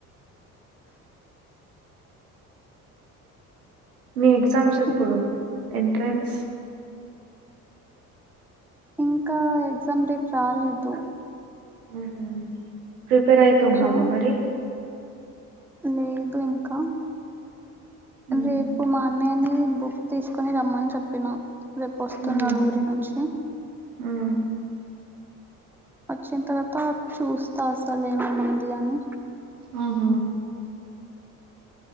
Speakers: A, on the right; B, in the centre.
A: మీ ఎగ్జామ్స్ ఎప్పుడు
B: ఇం
A: ఎంట్రెన్స్
B: ఇంకా ఎగ్జామ్ డేట్ రాలేదు
A: ఆహ ప్రిపేర్ అయిత ఉన్నావా
B: ఆ
A: మరి
B: లేదు ఇంకా
A: ఉహు
B: రేపు మా అన్నయ్యని బుక్ తీసుకొని రమ్మని చెప్పిన రేపు వస్తున్నాడు
A: ఉమ్
B: ఊరి నుంచి
A: ఉమ్
B: వచ్చిన తర్వాత చూస్తా అసలు ఏంమేం ఉంది అని
A: ఆహ